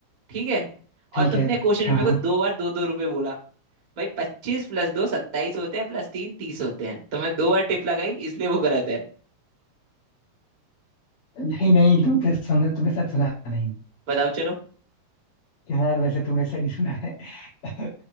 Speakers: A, on the right (about 25°); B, on the left (about 80°).
A: ठीक है
B: ठीक
A: और तुमने
B: है
A: क्वेश्चन में
B: हाँ
A: मेरे
B: हाँ
A: को दो बार दो दो रुपए बोला भाई पच्चीस प्लस दो सत्ताईस होते हैं प्लस तीन तीस होते हैं तुमने दो बार टिप लगाई इसलिए वो गलत है
B: नहीं नहीं तुम तो तुमने तुमने शायद सुना नहीं
A: बताओ चलो
B: यार वैसे तुमने सही सुना है <laughs>